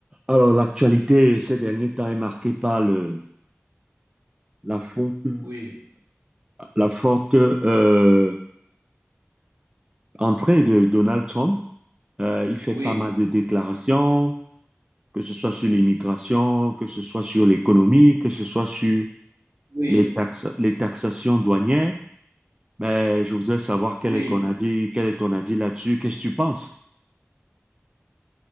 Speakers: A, on the right (about 20°); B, on the right (about 70°).
A: Alors, l'actualité ces derniers temps est marquée par le, la forte,
B: Oui,
A: la forte euh, entrée de Donald Trump. Euh, il fait
B: oui,
A: pas mal de déclarations, que ce soit sur l'immigration, que ce soit sur l'économie, que ce soit sur
B: oui,
A: les taxes, les taxations douanières. Mais je voudrais savoir quel
B: oui.
A: est ton avis, quel est ton avis là-dessus, qu'est-ce que tu penses?